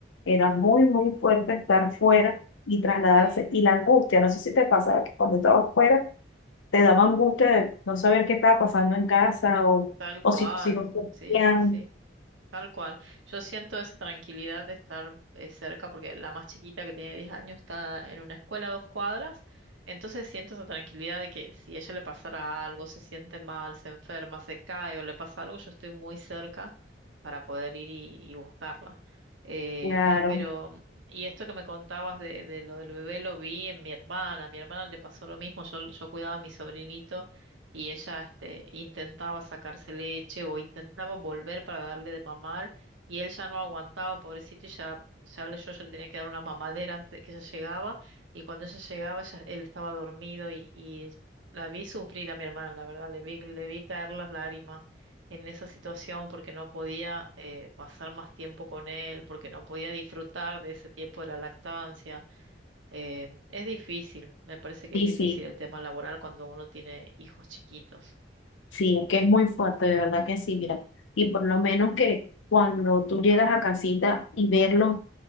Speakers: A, on the left; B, on the right.
A: Era muy, muy fuerte estar fuera y trasladarse.
B: Sí,
A: Y la angustia, no sé si te pasaba que cuando estabas fuera te daba angustia de no saber qué estaba pasando en casa o,
B: tal
A: o
B: cual.
A: si tus hijos cumplían.
B: Sí, sí, sí. Tal cual. Yo siento esa tranquilidad de estar eh, cerca, porque la más chiquita que tiene 10 años está en una escuela a dos cuadras, entonces siento esa tranquilidad de que si ella le pasara algo, se siente mal, se enferma, se cae o le pasa algo, yo estoy muy cerca para poder ir y, y buscarla. Eh,
A: Claro,
B: pero, y esto que me contabas de, de lo del bebé lo vi en mi hermana, a mi hermana le pasó lo mismo, yo, yo cuidaba a mi sobrinito y ella este, intentaba sacarse leche o intentaba volver para darle de mamar y él ya no aguantaba, pobrecito, y ya, ya le- yo ya le tenía que dar una mamadera antes de que ella llegaba y cuando ella llegaba ya él estaba dormido y, y la vi sufrir a mi hermana, la verdad, le vi, le vi caer las lágrimas en esa situación porque no podía eh, pasar más tiempo con él, porque no podía disfrutar de ese tiempo de la lactancia. Eh, es difícil, me parece que
A: sí,
B: es difícil
A: sí.
B: el tema laboral cuando uno tiene hijos chiquitos.
A: Sí, es que es muy fuerte, de verdad que sí, mira. Y por lo menos que cuando tú llegas a casita y verlo,